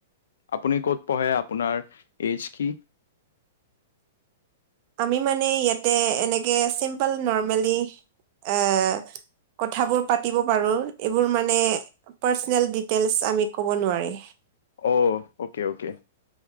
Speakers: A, on the left; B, on the right.
A: আপুনি ক'ত পঢ়ে আপোনাৰ এইজ কি
B: আমি মানে ইয়াতে এনেকে চিম্পল নৰৰ্মেলি এ কথাবোৰ পাতিব পাৰো এইবোৰ মানে পাৰ্চনেল ডিটেইলছ আমি ক'ব নোৱাৰি
A: অ অ'কে অ'কে